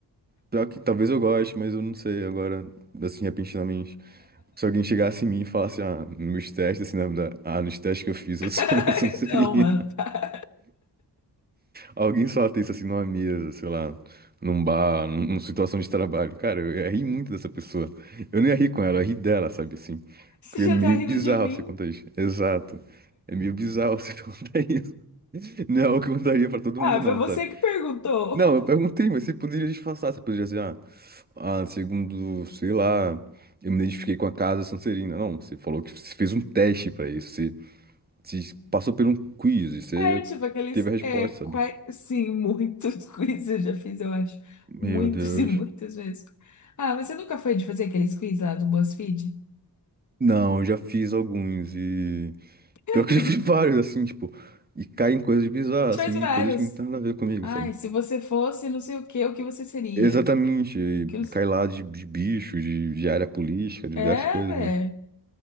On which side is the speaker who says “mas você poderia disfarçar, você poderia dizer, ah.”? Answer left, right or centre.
Right